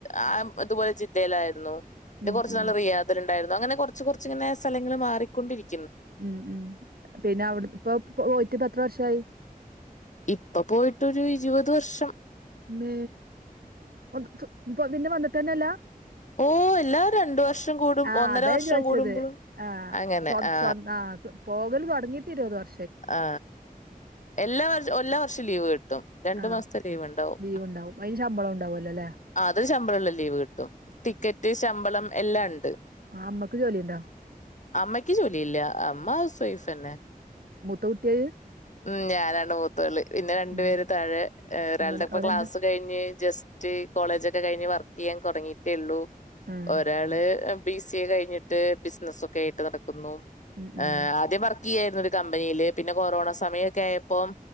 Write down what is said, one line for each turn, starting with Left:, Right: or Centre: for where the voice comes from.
Left: ആ ഇതുപോലെ ജിദ്ദയിലായിരുന്നു ന്നെ
Right: ഉം
Left: കൊർച്
Right: ഉം
Left: നാള് റിയാ ഉണ്ടായിരുന്നു അങ്ങനെ കൊർച്ച് കൊർച്ച് ങ്ങനെ സ്ഥലങ്ങള് മാറിക്കൊണ്ടിരിക്
Right: ഉം ഉം പിന്നെ അവിട് പ്പൊ പോയിട്ട് എത്ര വർഷായി?
Left: ഇപ്പൊ പോയിട്ടൊരു ഇരുവത് വർഷം.
Right: ന്തേ ഒന്ന് പിന്നെ വന്നിട്ടെന്നെല്ലാ?
Left: ഓ എല്ലാ രണ്ട് വർഷം കൂടും
Right: ആഹ
Left: ഒന്നര
Right: അതാ
Left: വർഷം
Right: ചോയിച്ചത്
Left: കൂടുമ്പോഴും
Right: ആഹ
Left: അങ്ങനെ
Right: സ്വത്
Left: ആ
Right: സ്വ ആഹ് പോകൽ തൊട്ങ്ങിയിട്ട് ഇരുപത് വർ
Left: ആ എല്ലാ വർഷ എല്ലാ വർഷം ലീവ് കിട്ടും രണ്ട്
Right: ആഹ്
Left: മാസ്ത്തെ ലീവ്ണ്ടാവും.
Right: ലീവ് ഉണ്ടാവും അയ്ന് ശമ്പളം ഉണ്ടാവുല്ലോലേ?
Left: അത് ശമ്പളെള്ള ലീവ് കിട്ടും ടിക്കറ്റ് ശമ്പളം എല്ലാംണ്ട്.
Right: ആ അമ്മക്ക് ജോലിണ്ടോ?
Left: അമ്മയ്ക്ക് ജോലില്ല അമ്മ ഹൗസ് വൈഫ്ന്നെ.
Right: മൂത്തൗട്ടിയഅ്?
Left: ഉം ഞാനാണ് മൂത്തോള്. പിന്ന രണ്ടു
Right: ഉം
Left: പേര് താഴേ ഏ ഒരാൾടെ
Right: ഓര്
Left: ഇപ്പ
Right: ഓരെന്താ
Left: ക്ലാസ് കഴിഞ്ഞ് ജസ്റ്റ് കോളേജ് ക്കെ കഴ്ഞ്ഞ് വർക്ക് ചെയ്യാൻ തോ ട്ങ്ങിട്ടേള്ളൂ
Right: ആഹ്
Left: ഒരാള് ബി സി കഴിഞ്ഞിട്ട് ബിസിനസൊക്കെ ആയിട്ട് നടക്കുന്നു
Right: ഉം ഉം
Left: ഏ ആദ്യമ് ക്യേര്ന്നൊരൂകമ്പനിയില് പിന്നെ കൊറോണ സമയക്കെ ആയപ്പോം